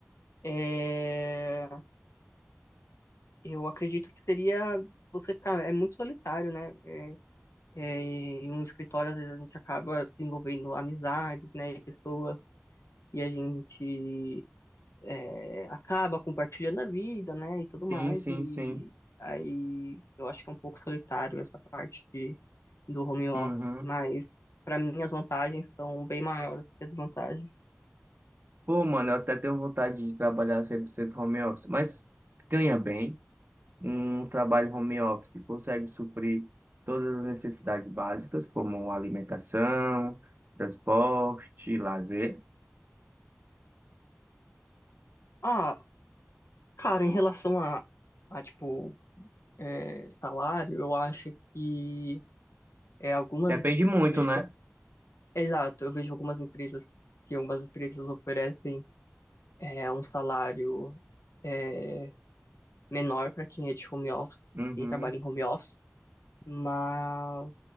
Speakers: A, on the left; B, on the right.
A: é, eu acredito que seria você ficar é muito solitário, né? É, em um escritório, às vezes a gente acaba desenvolvendo amizades, né, e pessoas, e a gente é, acaba compartilhando a vida, né, e tudo mais,
B: Sim, sim,
A: e
B: sim.
A: aí eu acho que é um pouco solitário essa parte de, do home office,
B: Uhum.
A: mas para mim as vantagens são bem maiores que as desvantagens.
B: Pô, mano, eu até tenho vontade de trabalhar 100% home office, mas ganha bem. Um trabalho home office consegue suprir todas as necessidades básicas, como alimentação, transporte, lazer.
A: Ah, cara, em relação a, a tipo, é, salário, eu acho que é, algumas,
B: Depende muito,
A: eu vejo
B: né?
A: que, exato, eu vejo algumas empresas que algumas empresas oferecem é um salário é, menor para quem é de home office,
B: Uhum.
A: quem trabalha em home office, mas